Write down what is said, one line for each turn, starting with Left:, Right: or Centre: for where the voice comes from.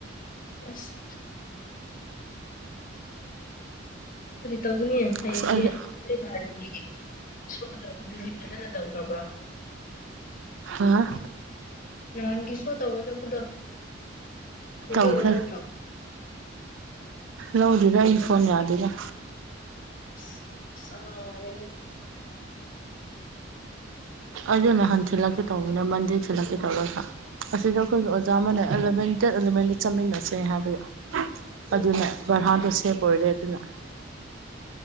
Left: ꯑꯁ ꯀꯔꯤ ꯇꯧꯒꯅꯤ ꯍꯌꯦꯡꯗꯤ
Right: ꯑꯁ ꯑꯩ
Left: <unintelligible> ꯒꯤꯗꯤ ꯁꯣ ꯇꯧꯕꯗꯗꯤ ꯐꯖꯅ ꯇꯧꯈ꯭ꯔꯕ꯭ꯔꯣ
Right: ꯍꯥꯥ
Left: ꯅꯍꯥꯟꯒꯤ ꯁꯣ ꯇꯧꯕ ꯆꯠꯄꯗꯣ ꯕꯤꯗꯤꯑꯣꯒ
Right: ꯇꯧꯈ꯭ꯔꯦ
Left: ꯂꯧꯗ꯭ꯔꯣ
Right: ꯂꯧꯗꯦꯗ ꯑꯩ ꯐꯣꯟ ꯌꯥꯗꯦꯗ
Left: ꯑ ꯁꯥꯔꯦꯍꯦ
Right: ꯑꯗꯨ ꯅꯍꯥꯟ ꯊꯤꯜꯂꯛꯀꯦ ꯇꯧꯕꯅꯦ ꯃꯟꯗꯦ ꯊꯤꯜꯂꯛꯀꯦ ꯇꯧꯔꯒ ꯑꯁꯤꯗ ꯑꯩꯈꯣꯏꯒꯤ ꯑꯣꯖꯥ ꯑꯃꯅ ꯑꯦꯂꯚꯦꯟ ꯗꯦꯠ ꯑꯦꯂꯚꯦꯟꯗ ꯆꯠꯃꯤꯟꯅꯁꯦ ꯍꯥꯏꯕꯒꯤ
Left: ꯎꯝ
Right: ꯑꯗꯨꯅ ꯕꯔꯍꯥꯗꯣ ꯁꯦꯞ ꯑꯣꯏꯔꯦ ꯑꯗꯨꯅ